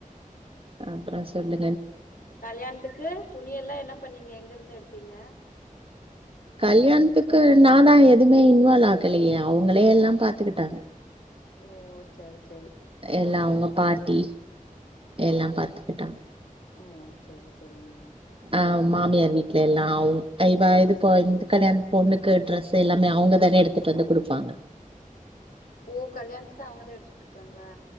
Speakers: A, on the right (about 40°); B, on the left (about 90°).
A: அப்றம் சொல்லு
B: கல்யாணத்துக்கு துணி எல்லாம் என்ன பண்ணீங்க எங்க இருந்து எடுத்து ப்திக
A: கல்யாணத்துக்கு நாதான் எதுவுமே இன்வால்வ் ஆகலையே அவங்களே எல்லாம் பாத்துக்கிட்டாங்க
B: ஓ சரி சரி
A: எல்லாம் அவங்க பாட்டி எல்லாம் பார்த்துக்கிட்டான்
B: ஓ சரி சரிங்மா
A: ஆஹ் மாமியார் வீட்ல எல்லாவு இவ இதுக்க இந்த கல்யாண பொண்ணுக்கு ட்ரெஸ் எல்லாமே அவங்கதானே எடுத்துட்டு வந்து குடுப்பாங்க
B: ஓ கல்யாணத்துக்கு அவங்கதான் எடுத்துக் குடுப்பாங்களா